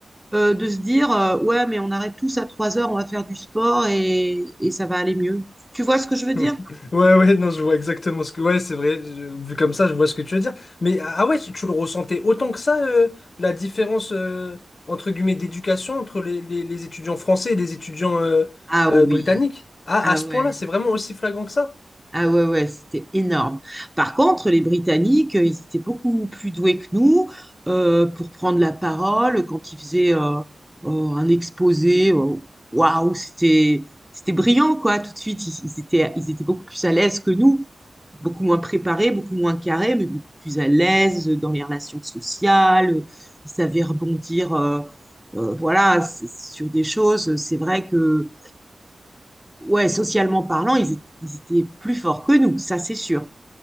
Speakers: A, in the centre; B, on the left (about 50°).
A: euh, de se dire euh, ouais, mais on arrête tous à 3 heures, on va faire du sport et, et ça va aller mieux. Tu vois ce que je
B: <laughs>
A: veux dire?
B: Ouais, ouais, non, je vois exactement ce que. Ouais, c'est vrai, je- vu comme ça, je vois ce que tu veux dire. Mais ah ah ouais, tu, tu le ressentais autant que ça, euh, la différence, euh, entre guillemets, d'éducation entre les, les- les étudiants français et les étudiants euh,
A: Ah
B: euh,
A: oui,
B: britanniques? Ah,
A: ah
B: à ce
A: ouais.
B: point-là, c'est vraiment aussi flagrant que ça?
A: Ah ouais, ouais, c'était énorme. Par contre, les Britanniques, euh, ils étaient beaucoup plus doués que nous euh, pour prendre la parole quand ils faisaient euh, euh, un exposé. euh, Waouh, c'était c'était brillant, quoi, tout de suite. Ils, ils étaient, ils étaient beaucoup plus à l'aise que nous, beaucoup moins préparés, beaucoup moins carrés, mais beaucoup plus à l'aise dans les relations sociales. Ils savaient rebondir, euh, euh, voilà, c'est- sur des choses. C'est vrai que ouais, socialement parlant, ils, é- ils étaient plus forts que nous, ça c'est sûr,